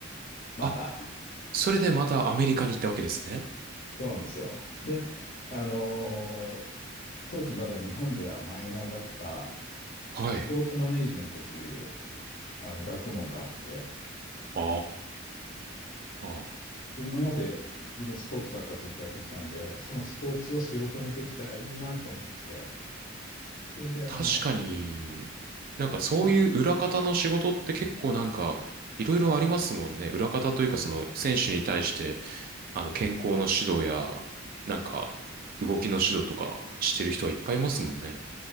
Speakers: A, on the left; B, on the right.
A: また。
B: あ、それでまたアメリカに行ったわけですね。
A: そうなんですよ。で、あの、当時まだ日本ではマイナーだった
B: はい。
A: スポーツマネージメントというあの学問があって、
B: ああ、
A: で、今まで自分スポーツばっかずっとやってきたんで、そのスポーツを仕事にできたらいいなと思って、それであの、
B: 確かに、なんかそういう裏方の仕事って結構なんかいろいろありますもんね。
A: まあ、
B: 裏方というかその選手に対して、あの健康の指導や、なんか動きの指導とかしてる人はいっぱいいますもんね。